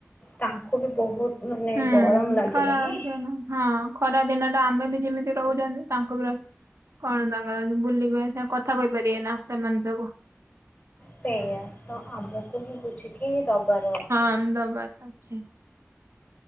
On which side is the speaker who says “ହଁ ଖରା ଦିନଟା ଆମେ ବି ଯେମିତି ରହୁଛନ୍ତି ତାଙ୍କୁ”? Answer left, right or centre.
Right